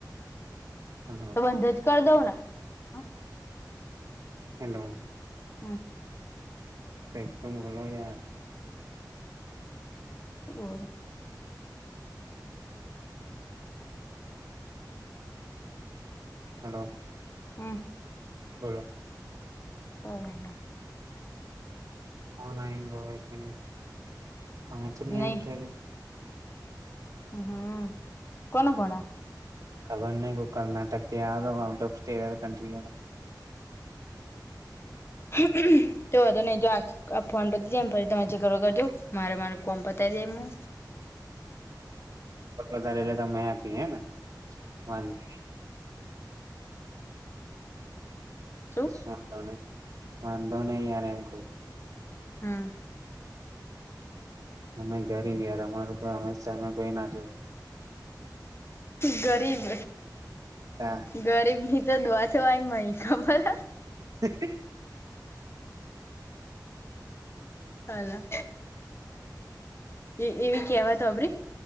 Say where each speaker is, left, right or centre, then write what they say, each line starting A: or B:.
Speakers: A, on the right; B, on the left.
A: હલો.
B: તો બંધ જ કરી દઉં ને? હમ
A: હલો.
B: હમ.
A: તો એકદમ, ભ
B: ઓર?
A: હલો.
B: હમ્મ
A: બોલો
B: કોઈ
A: ફન, પા
B: નહી હમ, કોણ કોણા.
A: ખબરને કર્ણાટક ટ ઓફ સ્ટેટ કન્ટ
B: હમ્મ હ તો વધો નહીં જો આ ફોન પતી જાય એમ ફરીજીીકરો કરજો મારે મારો ફન પતાવી દે હું
A: વધારે લ ત મેંતી હે ને વાંધ
B: શું
A: વાંધોને વાંધો નહી, આમ
B: હા.
A: અમે જરી ને યાર અમારું હંમેશામે કોઈ ના જોએ.
B: ગરીબ
A: હા
B: ગરીબ ની તો દઆ છવાય મહી ખબર
A: હ આ
B: હલા એવી કેવાતો આપડે